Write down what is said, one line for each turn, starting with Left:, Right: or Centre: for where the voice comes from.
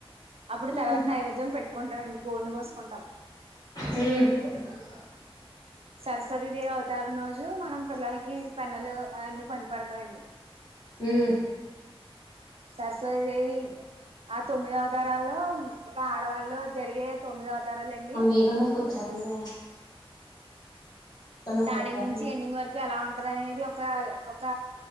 Right: అప్పుడు
Left: ఉమ్
Right: తర్వాత నైవేద్యం పెట్టుకుంటామండి కోడిని కోసుకుంటాం
Left: హ్మ్
Right: సరస్వతీ దేవి అవతారం రోజు మనం పిల్లలకి పెన్నులు అవన్నీ పంచిపెడతామండి
Left: హ్మ్
Right: సరస్వతీ దేవి ఆ తొమ్మిదవతారాల్లో ఒక ఆడవాళ్ళలో జరిగే తొమ్మిదవ తరాలండి
Left: అంబిక నొప్పి వచ్చేత్తందే తలనొప్పి
Right: స్టార్టింగ్
Left: వత్తాంది
Right: నుంచి ఎండింగ్ వరకు ఎలా ఉంటది అనేది ఒక ఒక